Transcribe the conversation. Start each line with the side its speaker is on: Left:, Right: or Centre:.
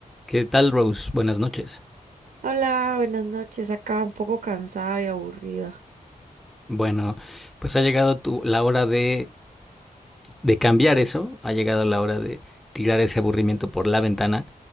Centre: ¿Qué tal, Rose? Buenas noches.
Right: Hola, buenas noches. Acá un poco cansada y aburrida.
Centre: Bueno, pues ha llegado tu- la hora de, de cambiar eso, ha llegado la hora de tirar ese aburrimiento por la ventana